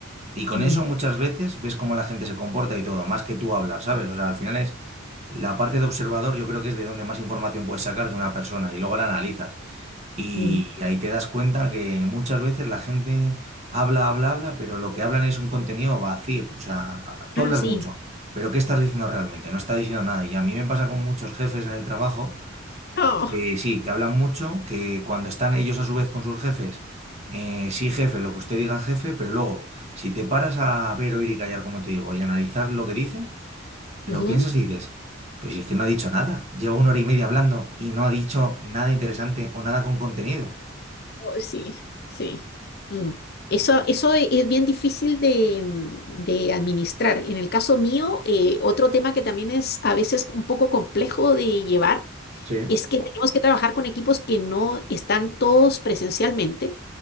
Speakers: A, on the right; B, on the left.
A: Y con
B: Mm,
A: eso muchas veces ves cómo la gente se comporta y todo, más que tú hablar, ¿sabes? O sea, al final es la parte de observador, yo creo que es de donde más información puedes sacar de una persona y luego la analizas. Y
B: mm.
A: ahí te das cuenta que muchas veces la gente habla, habla, habla, pero lo que hablan es un contenido vacío. O sea, tú
B: Ah,
A: hablas
B: sí.
A: mucho, pero ¿qué estás diciendo realmente? No está diciendo nada. Y a mí me pasa con muchos jefes en el trabajo
B: Oh,
A: que sí, que hablan mucho, que cuando están ellos a su vez con sus jefes, eh, sí, jefe, lo que usted diga, jefe, pero luego, si te paras a ver, oír y callar, como te digo, y analizar lo que dice, lo
B: ujú.
A: piensas y dices, pues si es que no ha dicho nada, lleva una hora y media hablando y no ha dicho nada interesante o nada con contenido.
B: Oh, sí, sí. Mm. Eso, eso e- es bien difícil de, mm, de administrar. En el caso mío, eh, otro tema que también es a veces un poco complejo de llevar
A: Sí.
B: es que tenemos que trabajar con equipos que no están todos presencialmente.